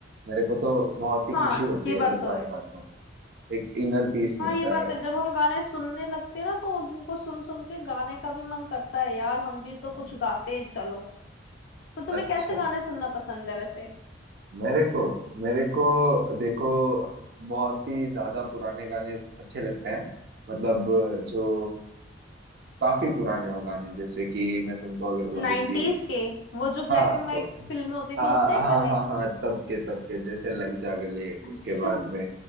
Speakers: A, on the right; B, on the left.
A: मेरे को तो बहुत ही
B: हाँ
A: खुशी होती
B: ये
A: है
B: बात
A: जब
B: तो
A: गाने
B: है
A: गाता हूँ एक इनर पीस मिलता
B: हाँ ये बात
A: है
B: है जब हम गाने सुनने लगते हैं ना तो उनको सुन सुन के गाने का भी मन करता है यार हम भी तो कुछ
A: हाँ,
B: गाते हैं चलो तो तुम्हें
A: अच्छा
B: कैसे गाने सुनना पसंद है वैसे
A: मेरे को मेरे को देखो बहुत ही ज्यादा पुराने गाने अच्छे लगते हैं मतलब जो काफी पुराने हो गाने जैसे कि मैं तुमको अगर बोलूँ
B: नाइन्टीज
A: कि
B: के वो जो
A: हाँ
B: ब्लैक एंड व्हाइट फिल्में होती
A: हाँ
B: थी उस टाइप
A: हाँ
B: वाले
A: हाँ हाँ तब के तब के जैसे लग जा गले
B: अच्छा
A: उसके बाद में